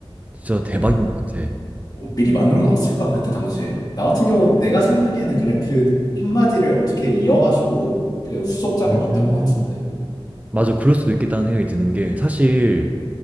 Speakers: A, on the right; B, on the left.
A: 진짜 대박인 것 같아
B: 어, 미리 만들어 놨을까 그때 당시에? 나 같은 경우는 내가 생각하기에는 그냥 그 한마디를 어떻게 이어가지고 그 후속작을
A: 음
B: 만든 것 같은데.
A: 맞아 그럴 수도 있겠다는 생각이 드는 게 사실